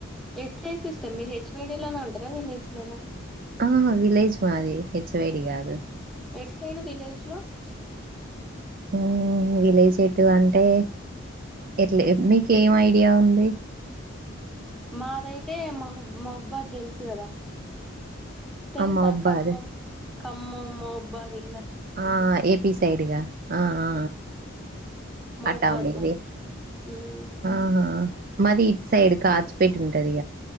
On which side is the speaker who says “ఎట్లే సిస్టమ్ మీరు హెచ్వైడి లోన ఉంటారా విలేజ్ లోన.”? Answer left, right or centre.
Centre